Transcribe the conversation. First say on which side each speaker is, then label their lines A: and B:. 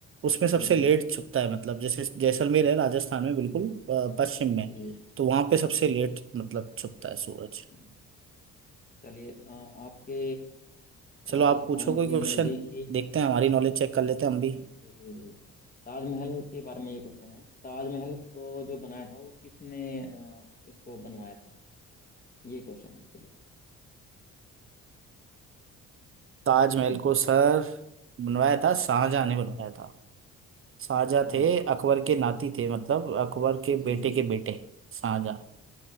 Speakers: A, on the right; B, on the left.
A: उसमें सबसे
B: जी जी
A: लेट छुपता है मतलब जैसे जैसलमेर है राजस्थान में बिल्कुल
B: हम्म,
A: अ, पश्चिम में
B: जी
A: तो वहां पे सबसे लेट मतलब छुपता है सूरज
B: हम्म। चलिए अ, आपके
A: चलो
B: राजस्थान
A: आप पूछो कोई
B: के
A: क्वेश्चन
B: नज़दीक ही
A: देखते हैं हमारी नॉलेज चेक कर लेते हैं हम भी
B: जी जी जी ताजमहल के बारे में ये क्वेश्चन है ताजमहल को जो बनाया था वो किसने अ, इसको बनवाया था ये क्वेश्चन है आपके लिए
A: ताजमहल
B: <clears throat>
A: को सर बनवाया था शाहजहां ने बनवाया था शाहजहां
B: अरे
A: थे अकबर के नाती थे मतलब अकबर के
B: जी
A: बेटे
B: जी
A: के बेटे शाहजहां